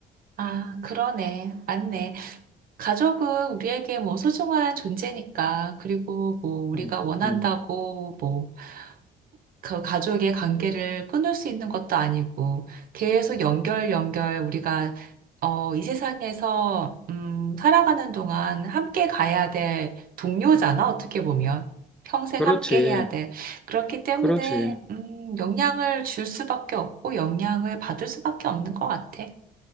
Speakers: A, on the right; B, in the centre.
A: 아, 그러네. 맞네. 가족은 우리에게 뭐 소중한 존재니까, 그리고 뭐 우리가
B: 음,
A: 원한다고
B: 음.
A: 뭐 그 가족의 관계를 끊을 수 있는 것도 아니고 계속 연결 연결 우리가 어, 이 세상에서 음, 살아가는 동안 함께 가야 될 동료잖아 어떻게 보면 평생
B: 그렇지,
A: 함께 해야 돼 그렇기 때문에
B: 그렇지.
A: 음, 영향을 줄 수밖에 없고 영향을 받을 수밖에 없는 것 같아.